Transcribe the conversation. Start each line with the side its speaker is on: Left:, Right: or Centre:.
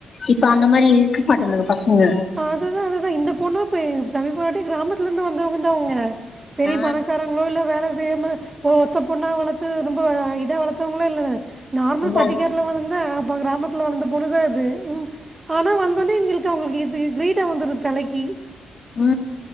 Left: இப்ப அந்த மாரி இருக்க மாட்டுதுங்க பசங்க
Right: அதுதா அதுதா இந்த பொண்ணு இப்ப தம்பி பொண்டாட்டி கிராமத்துல இருந்து வந்தவங்க தா அவங்க பெரிய
Left: ஆ
Right: பணக்காரங் புவல்ல வேல செய்யாம ஒத்த பொண்ணா வளர்த்து ரொம்ப இத வளர்த்தவங்களோ இல்ல நார்மல்
Left: அதா
Right: பண்டிக தில வளந்த அப்ப கிராமத்தில வளந்த பொண்ணுதா அது உ ஆனா வந்தோனே எங்களுக்கு அவங்களுக்கு இது கிரீடோ வந்துருது தலைக்கி
Left: உ